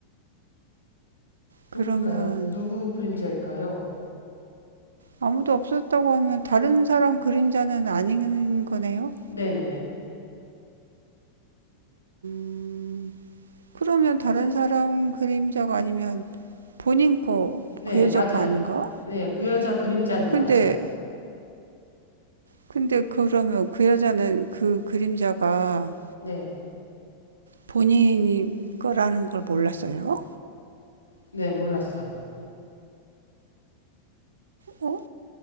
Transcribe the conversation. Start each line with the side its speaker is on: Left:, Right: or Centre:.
Right: 그러면
Left: 누굴까요? 누구 그림자일까요?
Right: 아무도 없었다고 하면 다른 사람 그림자는 아닌 거네요?
Left: 네네.
Right: 음, 그러면 다른 사람 그림자가 아니면 본인 거,
Left: 네,
Right: 그 여자
Left: 맞아요.
Right: 거 아닌가?
Left: 네, 그 여자 그림자는
Right: 근데,
Left: 맞아요.
Right: 근데 그러면 그 여자는 그 그림자가
Left: 네,
Right: 본인 거라는 걸 몰랐어요?
Left: 네, 몰랐어요.
Right: 어?